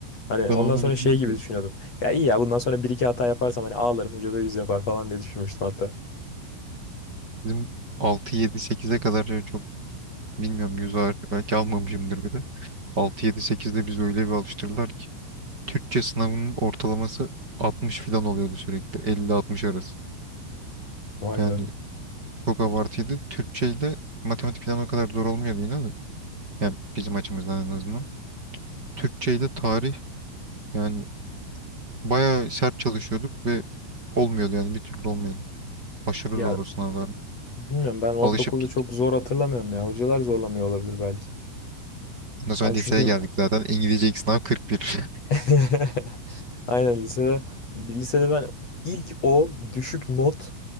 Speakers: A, on the left (about 35°); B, on the right (about 20°).
A: Hani
B: Ben
A: ondan
B: onu
A: sonra
B: bilmiyorum
A: şey gibi
B: da.
A: düşünüyordum. Ya iyi ya bundan sonra bir iki hata yaparsam hani ağlarım hoca da yüz yapar falan diye düşünmüştüm hatta.
B: Bizim altı yedi sekize kadar şey çok bilmiyorum. Yüz ağır belki almamışımdır bir de. 6-7-8'de biz öyle bir alıştırdılar ki. Türkçe sınavının ortalaması 60 filan oluyordu sürekli. 50-60 arası.
A: Vay
B: Yani
A: be.
B: çok abartıydı. Türkçeyle matematik falan o kadar zor olmuyordu yine de. Yani bizim açımızdan en azından. Türkçeyle tarih yani bayağı sert çalışıyorduk ve olmuyordu yani bir türlü olmuyordu. Aşırı
A: Ya
B: zor o sınavlar. Evet.
A: bilmiyorum ben ortaokulda
B: Alışıp gittik.
A: çok zor hatırlamıyorum ya. Hocalar zorlamıyor olabilir belki.
B: Ondan sonra
A: Hani
B: liseye
A: çünkü
B: geldik zaten. İngilizce ilk sınav kırk bir. <laughs>
A: <laughs> aynen lisede lisede ben ilk o düşük not